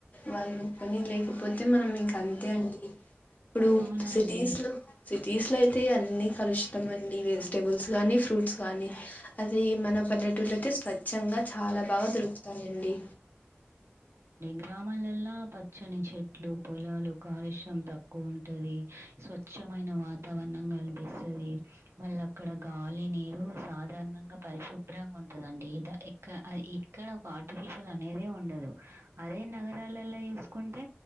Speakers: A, on the left; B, on the right.
A: వాళ్ళు పని లేకపోతే మనం ఇంక అంతే అండి ఇప్పుడు
B: అవునా
A: సిటీస్లో
B: అండి?
A: సిటీస్లో అయితే ఈ అన్నీ కలుషితమండి వెజిటేబుల్స్ గానీ ఫ్రూట్స్ గానీ అదే ఈ మన పల్లెటూర్లైతే స్వచ్ఛంగా చాలా బాగా దొరుకుతాయండి.
B: గ్రామాలల్ల పచ్చని చెట్లు, పొలాలు, కాలుష్యం తక్కో ఉంటది స్వచ్ చ్చమైన వాతావరణం కనిపిస్తది. మళ్ళ అక్కడ గాలి, నీరు సాధారణంగా ప పరి శుభ్రం గుంటదండి ఇద ఇక్క ఆ ఇక్కడ ఒక ఆర్టిఫిషియల్ అనేదే ఉండదు. అదే నగరాలల్ల చూస్కుంటే